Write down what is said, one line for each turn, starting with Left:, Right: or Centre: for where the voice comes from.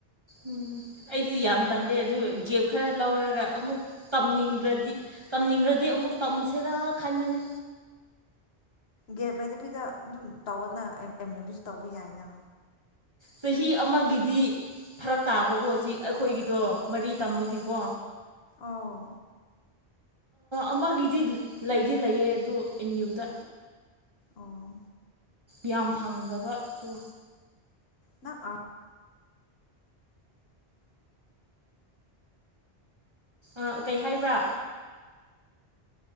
Right: ꯎꯝ ꯑꯩꯁꯨ ꯌꯥꯝ ꯇꯜꯂꯦ ꯑꯗꯨ ꯒꯤꯒꯦꯞ ꯈꯔ ꯂꯧꯔꯒ ꯑꯃꯨꯛꯅꯤꯡꯗ꯭ꯔꯗꯤ ꯇꯝꯅꯤꯡꯗ꯭ꯔꯗꯤ ꯑꯃꯨꯛ ꯇꯝꯁꯤꯔꯥ ꯈꯟꯕꯅꯦ
Left: ꯒꯦꯞ ꯂꯩꯗꯕꯤꯗ ꯑꯗꯨꯝ ꯇꯧꯕꯅ ꯑꯦꯝ ꯌꯦꯝꯗꯨꯁꯨ ꯇꯧꯕ ꯌꯥꯏꯅ
Right: ꯆꯍꯤ ꯑꯃꯒꯤꯗꯤ ꯐꯔꯛ ꯇꯥꯕꯀꯣ ꯁꯤ ꯑꯩꯈꯣꯏꯒꯤꯗꯣ ꯃꯔꯤ ꯇꯝꯃꯒꯤꯀꯣ
Left: ꯑꯥ
Right: ꯑꯃꯒꯤꯗꯤ ꯂꯩꯗꯤ ꯂꯩꯑꯦ ꯑꯗꯨ ꯑꯦꯝ ꯌꯨꯗ
Left: ꯑꯣ
Right: ꯌꯥꯝ ꯐꯪꯗꯕꯗꯨ
Left: ꯅꯪ ꯑꯥ
Right: ꯑ ꯀꯩ ꯍꯥꯏꯕ꯭ꯔꯥ